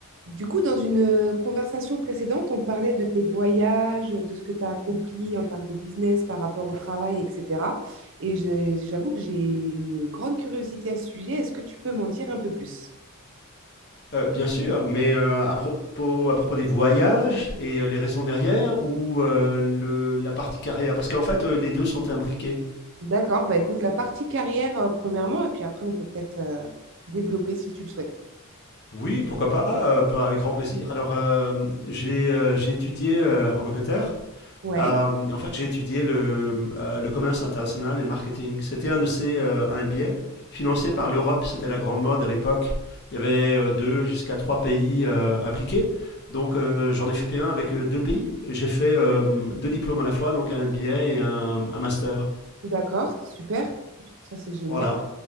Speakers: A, on the right (about 60°); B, on the left (about 50°).
A: Du coup, dans une euh, conversation précédente, on parlait de tes voyages, de ce que tu as accompli en termes de business par rapport au travail, etc. Et j'ai- j'avoue que j'ai une grande curiosité à ce sujet. Est-ce que tu peux m'en dire un peu plus?
B: Euh, bien sûr, mais euh, à propos, à propos des voyages et euh, les raisons derrière ou euh, le- la partie carrière, parce qu'en fait euh, les deux sont imbriqués.
A: D'accord, bah écoute, la partie carrière, euh, premièrement, et puis après, on peut peut-être euh, développer si tu le souhaites.
B: Oui, pourquoi pas, euh, pas avec grand plaisir. Alors euh, j'ai euh, j'ai étudié euh, en Angleterre
A: Ouais,
B: Euh, et en fait, j'ai étudié le, euh, le commerce international et le marketing. C'était un de ces euh, un MBA financé par l'Europe. C'était la grande mode à l'époque. Il y avait euh, deux jusqu'à trois pays euh, impliqués. Donc, euh, j'en ai fait un avec euh, deux pays. J'ai fait euh, deux diplômes à la fois, donc un MBA et un, un master.
A: d'accord, super, ça c'est génial.
B: Voilà.